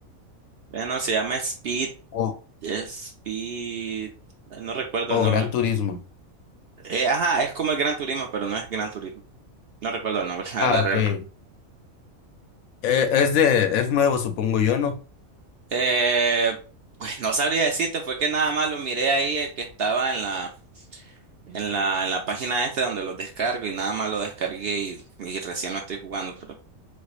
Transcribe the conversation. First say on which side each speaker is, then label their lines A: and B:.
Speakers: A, on the right (about 60°); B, on the left (about 80°).
A: Eh, no, se llama Speed,
B: o,
A: Speed, eh, no recuerdo
B: o
A: el nombre.
B: Gran Turismo?
A: Eh, ajá, es como el Gran Turismo, pero no es Gran Turismo. No recuerdo el nombre, <laughs> la
B: Ah,
A: verdad,
B: ok.
A: real.
B: Eh, es de, es nuevo, supongo yo, ¿no?
A: Eh, pues no sabría decirte, fue que nada más lo miré ahí, eh, que estaba en la, en la, en la página este donde lo descargo y nada más lo descargué y, y recién lo estoy jugando, pero